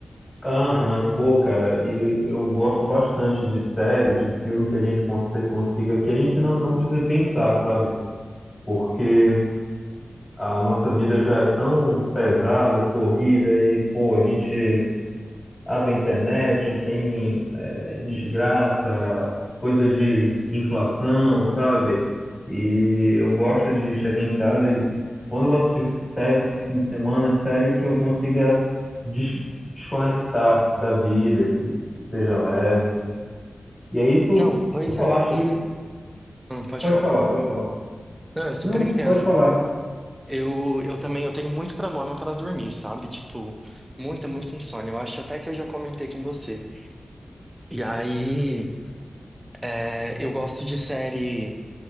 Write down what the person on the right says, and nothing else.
Não, pois
é. Eu,
não, pode
falar.
Não, eu super
entendo.
Eu, eu também eu tenho muito problema para dormir, sabe? Tipo, muita, muita insônia. Eu acho até que eu já comentei com você. E aí, é, eu gosto de série